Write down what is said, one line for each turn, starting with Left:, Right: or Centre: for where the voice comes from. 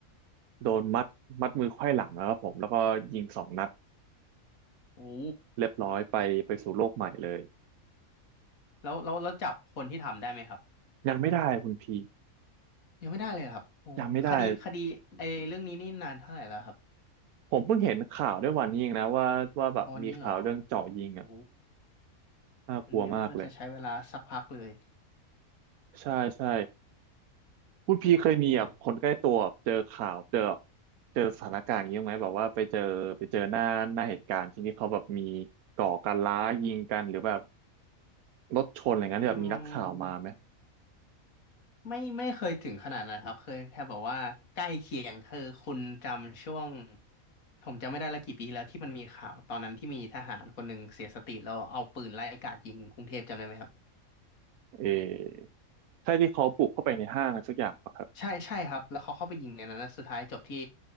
Right: โดนมัดมัดมือไขว้หลังนะครับผมแล้วก็ยิงสองนัด
Left: โอ้
Right: เรียบร้อยไปไปสู่โลกใหม่เลย
Left: แล้วแล้วแล้วจับคนที่ทำได้ไหมครับ
Right: ยังไม่ได้คุณพี
Left: ยังไม่ได้เลยเหรอครับโอ้คดีคดีไอ้เรื่องนี้นี่นานเท่าไหร่แล้วครับ
Right: ยังไม่ได้ ผมเพิ่งเห็นข่าวด้วยวันนี้เองนะว่าว่าแบบมีข่าวเรื่องเจาะยิงอะ
Left: อ๋อวันนี้เหรอโอ้
Right: น่ากลัวมากเลย
Left: งั้นน่าจะใช้เวลาสักพักเลย
Right: ใช่ใช่คุณพีเคยมีแบบคนใกล้ตัวแบบเจอข่าวเจอแบบ
Left: โอ้
Right: เจอสถานการณ์อย่างนี้บ้างไหมแบบว่าไปเจอไปเจอหน้าหน้าเหตุการณ์ที่นี่เขาแบบมีก่อการร้ายยิงกันหรือแบบรถชนอะไรเงี้ยที่แบบมีนักข่าวมาไหม
Left: อืมไม่ไม่เคยถึงขนาดนั้นครับเคยแค่แบบว่าใกล้เคียงคือคุณจำช่วงผมจำไม่ได้ละกี่ปีแล้วที่มันมีข่าวตอนนั้นที่มีทหารคนหนึ่งเสียสติแล้วเอาปืนไล่กราดยิงกรุงเทพจำได้ไหมครับ
Right: เออใช่ที่เขาปลุกเข้าไปในห้างอะไรสักอย่างปะครับ
Left: ใช่ใช่ครับแล้วเขาเข้าไปยิงในนั้นนะสุดท้ายจบที่